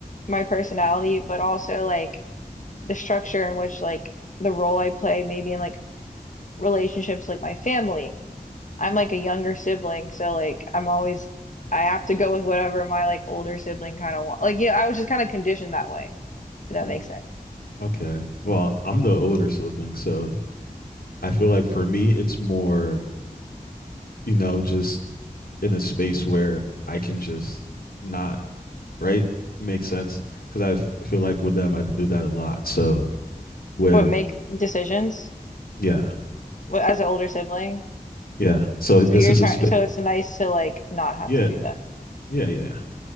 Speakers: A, on the left; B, on the left.
A: my personality, but also like the structure in which like the role I play, maybe in like relationships, like my family. I'm like a younger sibling, so like I'm always I have to go with whatever my like older sibling kind of want. Like yeah, I was just kind of conditioned that way, if that
B: Mm.
A: makes sense.
B: okay. Well, I'm the older sibling, so I feel like for me, it's more, you know, just in a space where I can just not, right? Makes sense. Cause I f- feel like with them, I do that a lot. So with,
A: What make decisions
B: yeah,
A: wh- as an older sibling.
B: yeah. So
A: So
B: this
A: you're
B: is
A: trying,
B: a space.
A: so it's nice to like not have
B: Yeah,
A: to do that.
B: yeah, yeah, yeah.